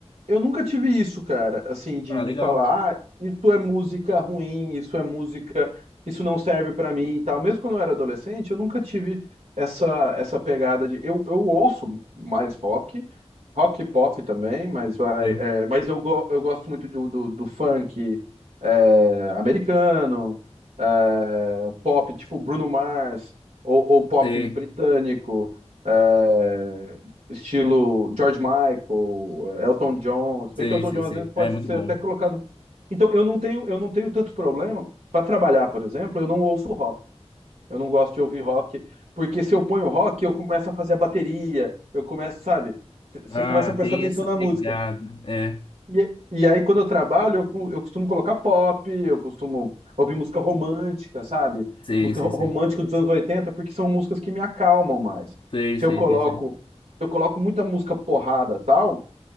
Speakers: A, on the right; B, on the left.
A: Eu nunca tive isso, cara, assim, de,
B: Ah,
A: de
B: legal.
A: falar, ah, isso é música ruim, isso é música, isso não serve pra mim e tal. Mesmo quando eu era adolescente, eu nunca tive essa, essa pegada de. Eu, eu ouço mais rock, rock e pop também, mas vai.
B: Sei,
A: é, mas eu, go- eu gosto muito do, do, do funk é, americano, é, pop tipo Bruno Mars, ou, ou pop
B: sei,
A: britânico. é, estilo George Michael, Elton John, se
B: sei,
A: bem que Elton
B: sei.
A: John
B: sei.
A: às vezes pode
B: Ah, é muito
A: ser
B: bom.
A: até colocado. Então eu não tenho, eu não tenho tanto problema para trabalhar, por exemplo, eu não ouço rock. Eu não gosto de ouvir rock, porque se eu ponho rock, eu começo a fazer a bateria, eu começo, sabe? Você
B: Ah,
A: começa a prestar
B: tem
A: atenção
B: essa
A: na
B: pegada.
A: música.
B: É,
A: E, e aí, quando eu trabalho, eu, co- eu costumo colocar pop, eu costumo ouvir música romântica, sabe?
B: sei,
A: Música
B: sei,
A: ro-
B: sei.
A: romântica dos anos 80 porque são músicas que me acalmam mais.
B: Sei,
A: Se
B: sei,
A: eu coloco,
B: sei, sei.
A: eu coloco muita música porrada, tal,